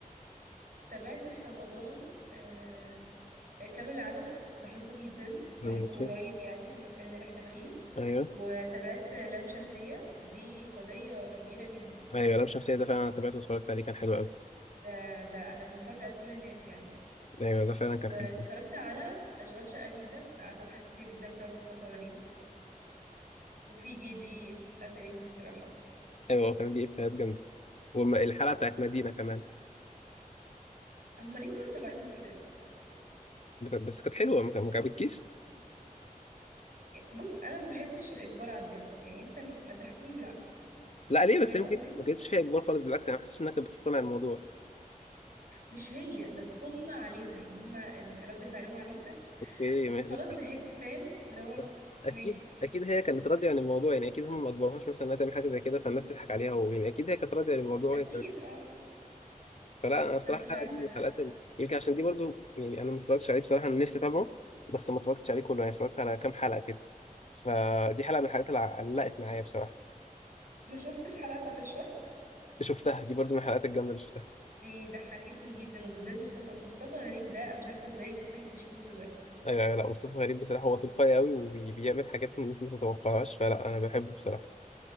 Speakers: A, on the right; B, on the left.
A: تابعت في رمضان آه آه، كامل العدد بحبه جدا بحسه
B: ماشي
A: قريب يعني من السن اللي احنا فيه
B: ايوه
A: وتابعت آه، لام شمسية دي قضية كبيرة جدا
B: ايوه لام شمسية ده فعلا انا تابعته واتفرجت عليه كان حلو قوي
A: ده ده أنا مفاجأة لكل الناس يعني
B: ايوه ده فعلا
A: واتفرجت
B: كان حلو أوي.
A: على أشغال شقة جدا أنا قعدت أضحك كتير جدا بسبب مصطفى غريب وفي جي دي قتلتني الصراحة
B: ايوه هو كان دي افيهات جامدة والحلقة بتاعت مدينة كمان
A: هما ليه كانوا مطلعينها كده
B: بس كانت حلوة ما كان- ما عجبتكيش
A: يعني بص انا ما بحبش الاجبار على الضحك يعني انت م- ما تضحكنيش بالعافية
B: لا ليه
A: فاهم
B: بس يمكن
A: قصدي
B: ما كانتش فيها اجبار خالص بالعكس انا حاسس انها كانت بتصطنع الموضوع
A: مش هي بس هما عليها يعني هما ال- رد فعلهم عليها
B: ايه ما-
A: خلاص
B: بس
A: ضحكت فاهم اللي هو
B: بس
A: ماشي
B: اكيد اكيد هي كانت راضية عن الموضوع يعني اكيد هم ما اجبروهاش مثلا انها تعمل حاجة زي كده فالناس تضحك عليها ويعني اكيد هي كانت راضية عن الموضوع
A: اكيد اه
B: فلا انا بصراحه
A: بس مش
B: الحلقه
A: عارفة
B: دي من
A: انا
B: الحلقات ال- يمكن عشان دي برضو يعني انا ما اتفرجتش عليه بصراحه انا نفسي اتابعه بس ما اتفرجتش عليه كله يعني اتفرجت على كام حلقه كده فدي حلقه من الحلقات اللي علقت معايا بصراحه
A: ما شفتش حلقة بتاعة الشرق
B: شفتها دي برضو من الحلقات الجامده اللي شفتها
A: دي ضحكتني جدا وبالذات مصطفى مصطفى غريب ده انا مش عارفة ازاي لسه مكتشفينه دلوقتي
B: ايوه ايوه لا مصطفى غريب بصراحه هو تلقائي قوي وبيعمل حاجات ممكن ما تتوقعهاش فلا انا بحبه بصراحه